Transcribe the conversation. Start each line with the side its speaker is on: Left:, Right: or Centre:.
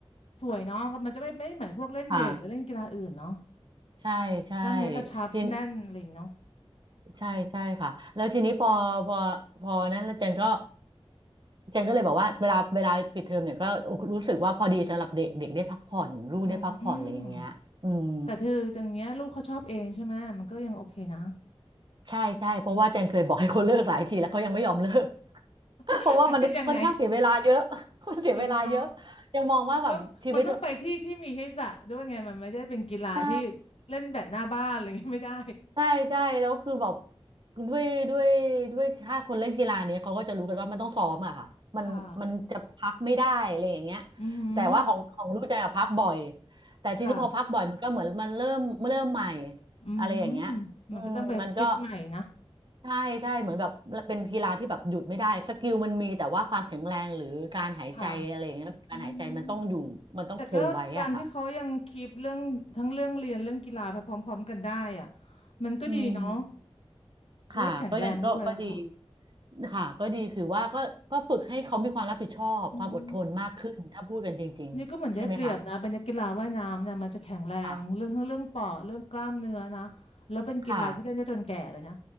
Left: สวยเนาะมันจะไม่ไม่เหมือนพวกเล่นเวทหรือเล่นกีฬาอื่นเนาะ
Right: ค่ะใช่ใช่
Left: กล้ามเนื้อกระชับแน่นอะไรอย่างเงี้ยเนาะ
Right: ที ใช่ใช่ค่ะแล้วทีนี้พอพอพอนั้นแล้วเจนก็เจนก็เลยบอกว่าเวลาเวลาปิดเทอมเนี่ยก็รู้สึกว่าพอดีสำหรับเด็กเด็กได้พักผ่อนลูกได้พักผ่อนอะไรอย่างเงี้ยอืม
Left: อืมแต่เธอตรงเนี้ยลูกเขาชอบเองใช่ไหมมันก็ยังโอเคนะ
Right: ใช่ใช่เพราะว่าเจนเคยบอกให้เขาเลิกหลายทีแล้วเขายังไม่ยอมเลิก <laughs>
Left: <laughs>
Right: เพราะว่ามันค่อนข้างเสียเวลาเยอะ
Left: ยังไง
Right: <laughs> มันเสียเวลาเยอะ
Left: จริงเนาะ
Right: ยังมองว่าแบบชีวิต
Left: ต้องมันต้องไปที่ที่มีให้สระด้วยไงมันไม่ได้เป็นกีฬาที่
Right: ใช่
Left: เล่นแบดหน้าบ้านอะไรเงี้ย <laughs> ไม่ได้
Right: ใช่ใช่แล้วคือแบบด้วยด้วยด้วยถ้าคนเล่นกีฬาเนี้ยเขาก็จะรู้กันว่ามันต้องซ้อมอะค่ะมันมันจะพักไม่ได้อะไรอย่างเงี้ย
Left: ค่ะอือหือ
Right: แต่ว่าของของลูกใจอะพักบ่อยแต่ทีนี้พอพักบ่อยมันก็เหมือนมันเริ่มเริ่มใหม่
Left: ค่ะอืม
Right: อะไรอย่างเงี้ยอืมมันก็
Left: มันก็ต้องไปฟิตใหม่นะ
Right: ใช่ใช่เหมือนแบบเป็นกีฬาที่แบบหยุดไม่ได้สกิลมันมีแต่ว่าความแข็งแรงหรือการหายใจอะไรอย่างเงี้ยระบบการหายใจมันต้องอยู่มันต้องคงไว้อะค่ะ
Left: ค่ะอืมแต่ก็การที่เขายังคีปเรื่องทั้งเรื่องเรียนเรื่องกีฬาไปพร้อมๆกันได้อ่ะมันก็ดีเนาะ
Right: อืม
Left: จะได้แข็งแรงด้วยค่ะ
Right: ค่ะก็ยังก็ก็ดีค่ะก็ดีคือว่าก็ก็ฝึกให้เขามีความรับผิดชอบความอดทนมากขึ้นถ้าพูดกันจริงๆใช่ไหมคะ
Left: อืม นี่ก็เหมือนได้เปรียบนะเป็นนักกีฬาว่ายน้ำเนี่ยมันจะแข็งแรงเรื่องทั้งเรื่องปอดเรื่องกล้ามเนื้อนะ
Right: ค่ะ
Left: แล้วเป็นกีฬาที่เล่นได้จนแก่เลยนะ
Right: ค่ะ